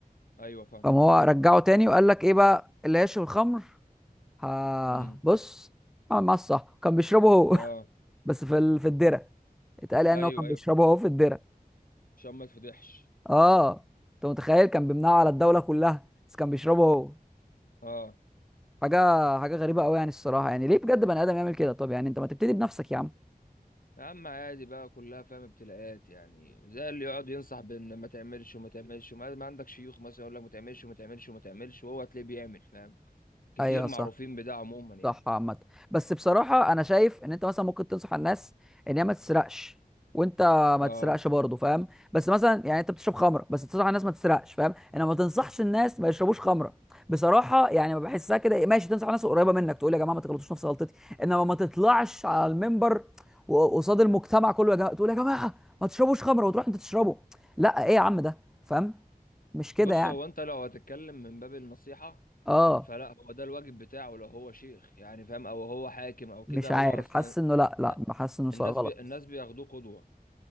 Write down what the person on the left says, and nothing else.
ايوه فاهم
امم
اه
ايوه
ايوه
عشان ما تفضحش
اه
يا عم عادي بقى كلها فاهم ابتلاءات يعني زي اللي يقعد ينصح بان ما تعملش وما تعملش وما ما عندك شيوخ مثلا يقول لك ما تعملش وما تعملش وما تعملش وهو تلاقيه بيعمل فاهم كتير
معروفين
بده عموما يعني
اه
بص
هو انت لو هتتكلم من باب النصيحة
فلا هو ده الواجب بتاعه لو هو شيخ يعني فاهم او هو حاكم او كده
هو
اصلا
الن-
الناس بي الناس بياخدوه قدوة